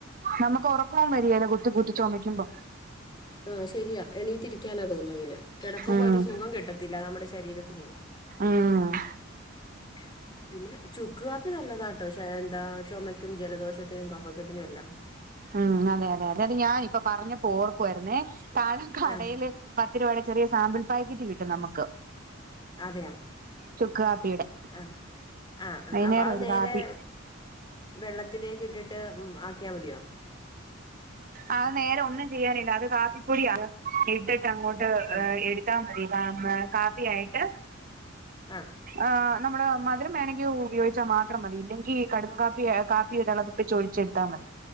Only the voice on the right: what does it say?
നമുക്ക് ഉറക്കവും വര്യേല കുത്തി കുത്തി ചുമയ്ക്കുമ്പോ.
ഉം
ഉം
ഉം അതെ അതെ അതെ അതെ ഞാനിപ്പ പറഞ്ഞപ്പോ ഓർക്കുവായിരുന്നേ താഴെ കടേല്
പത്ത് രൂപേട ചെറിയ സാമ്പിൾ പാക്കറ്റ് കിട്ടും നമുക്ക്
ചുക്ക് കാപ്പിയുടെ
വൈന്നേരം
ഒരു
കാപ്പി
അത് നേരെ ഒന്നും ചെയ്യാനില്ല അത് കാപ്പിപ്പൊടിയ ഇട്ടിട്ട് അങ്ങോട്ട്
എടു ത്താ മതി കാപ്പി ആയിട്ട്
ആഹ് നമ്മുടെ മധുരം വേണെങ്കി ഉപയോഗിച്ചാ മാത്രം മതി ഇല്ലെങ്കി കടും കാപ്പി കാപ്പി ഇടള്ളതൊക്കെ ചോയിച്ചെടു ത്താ മതി